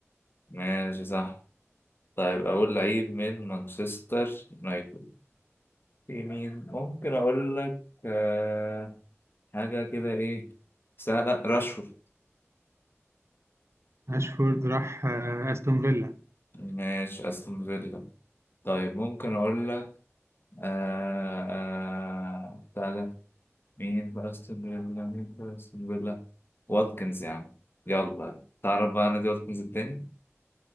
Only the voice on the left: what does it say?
ماشي صح طيب اقول لعيب من مانشستر يونايتد في مين ممكن اقول لك آه حاجة كده ايه سهلة راشفورد
ماشي استون فيلا طيب ممكن اقول لك آه آه تعالى مين في استون فيلا مين في استون فيلا واتكنز يعني يلا تعرف بقى نادي واتكنز التاني؟